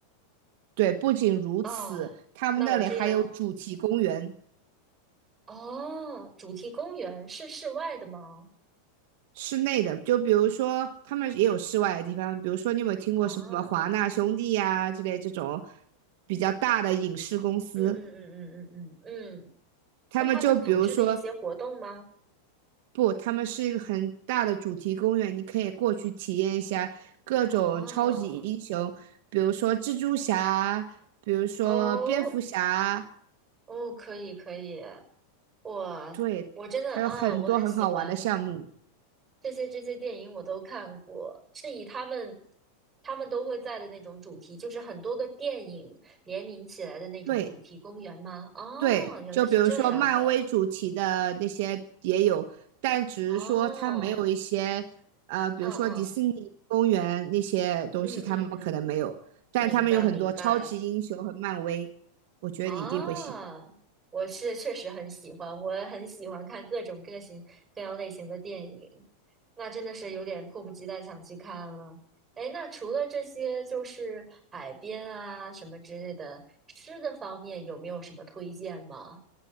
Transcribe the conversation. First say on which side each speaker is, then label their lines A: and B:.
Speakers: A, on the right; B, on the right.
A: 对，不仅如此，
B: 啊，
A: 他们那里还有主题公园。
B: 那我这样，哦，主题公园是室外的吗？
A: 室内的，就比如说他们也有室外的地方，比如说你有没有听过什么华纳兄弟呀、
B: 啊，嗯
A: 之类这种比较大的影视公司，
B: 嗯嗯嗯嗯嗯嗯，
A: 他们就比如说
B: 是他们组织的一些活动吗？
A: 不，他们是一个很大的主题公园，你可以过去体验一下各种超级英雄，
B: 哦
A: 比如说蜘蛛侠，比如说蝙蝠侠，
B: 哦，哦，可以可以，我我真的啊，
A: 对，它有很多很好玩的项目，
B: 我很喜欢这些这些电影，我都看过，是以他们他们都会在的那种主题，就是很多个电影联名起来的那种主题公园吗？
A: 对。
B: 哦，
A: 对，
B: 原来是这样的，
A: 就比如说漫威主题的那些也有，但只是说它没有一些，
B: 哦，
A: 呃，比如说迪士尼公园那些东西，
B: 嗯嗯嗯嗯嗯，
A: 他们可能没有，但他们有很多超级英雄和漫威，
B: 明白明白。
A: 我觉得你一定会喜欢。
B: 啊，我是确实很喜欢，我很喜欢看各种各型各样类型的电影，那真的是有点迫不及待想去看了。哎，那除了这些，就是海边啊什么之类的，吃的方面有没有什么推荐吗？